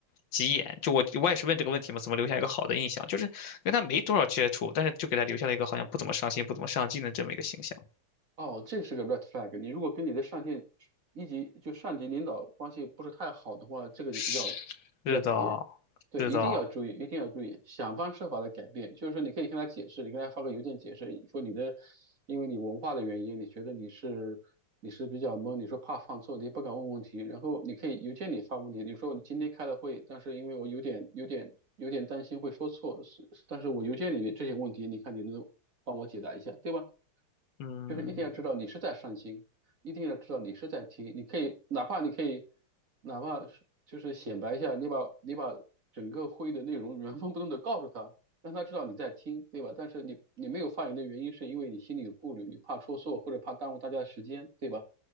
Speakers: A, on the left; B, on the right.
A: 急眼。就我我也是问这个问题嘛，怎么留下一个好的印象？就是跟他没多少接触，但是就给他留下了一个好像不怎么上心、不怎么上进的这么一个形象。
B: 哦，这是个 red flag。你如果跟你的上线一级就上级领导关系不是太好的话，这个就比较
A: 是的，
B: 比较讨厌。对，
A: 是的，
B: 一定要注意，一定要注意，想方设法的改变。就是说，你可以跟他解释，你跟他发个邮件解释，说你的，因为你文化的原因，你觉得你是你是比较懵，你说怕犯错，你也不敢问问题。然后你可以邮件里发问题，你说我今天开了会，但是因为我有点有点有点担心会说错，是但是我邮件里面这些问题，你看你能帮我解答一下，对吧？
A: 嗯。
B: 就是一定要知道你是在上心。一定要知道你是在听，你可以哪怕你可以，哪怕是就是显摆一下，你把你把整个会议的内容原封不动的告诉他，让他知道你在听，对吧？但是你你没有发言的原因是因为你心里有顾虑，你怕说错或者怕耽误大家的时间，对吧？